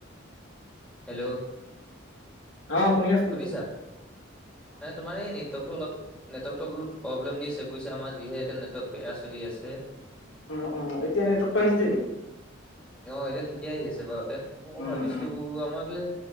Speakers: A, in the centre; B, on the left.
A: হেল্ল'।
B: অ' শুনি আছোঁ।
A: শুনিছা? নে তোমাৰ এই নে ৱৰ্কটো অলপ, নেটৱৰ্কটো অলপ প্ৰব্লেম দি আছে, বুজিছা? আমাৰ যিহে এতিয়া নেটৱৰ্ক বেয়া চলি আছে।
B: অ', অ', এতিয়া নেটৱৰ্কটো আহিছে।
A: অ', এতিয়া ঠিকেই আহি আছে বাৰুতে, ময়ো
B: উম
A: ভাবিছোঁ
B: উম
A: আমাৰ সেইফালে